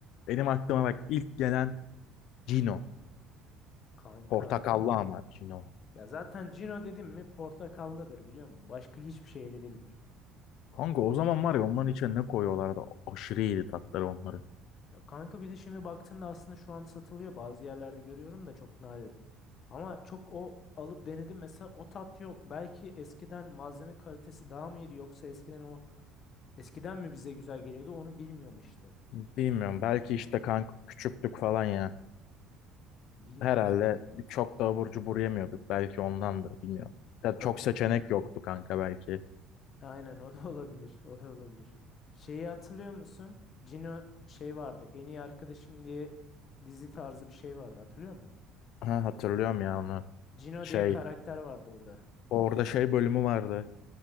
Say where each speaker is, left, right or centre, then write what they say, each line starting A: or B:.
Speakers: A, on the left (about 55°); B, on the left (about 35°).
A: benim aklıma bak ilk gelen Cino.
B: Kanka
A: Portakallı ama Cino.
B: ya zaten Cino dedim mi portakallıdır biliyor musun? Başka hiçbir şey de değildir.
A: Kanka o zaman var ya onların içine ne koyuyorlardı? Aşırı iyiydi tatları onların.
B: Ya kanka bir de şimdi baktığında aslında şu an satılıyor. Bazı yerlerde görüyorum da çok nadir. Ama çok o alıp denedim mesela o tat yok. Belki eskiden malzeme kalitesi daha mı iyiydi yoksa eskiden o Eskiden mi bize güzel geliyordu onu bilmiyorum işte.
A: Bilmiyorum belki işte kanka küçüklük falan ya.
B: Bilmiyorum.
A: Herhalde çok da abur cubur yemiyorduk. Belki ondandır bilmiyorum. Ya
B: E,
A: çok seçenek yoktu kanka belki.
B: Aynen o da <laughs> olabilir. O da olabilir. Şeyi hatırlıyor musun? Cino şey vardı. En iyi arkadaşım diye dizi tarzı bir şey vardı. Hatırlıyor musun?
A: Ha, hatırlıyorum ya onu.
B: Cino
A: Şey,
B: diye karakter vardı orada.
A: orada şey bölümü vardı.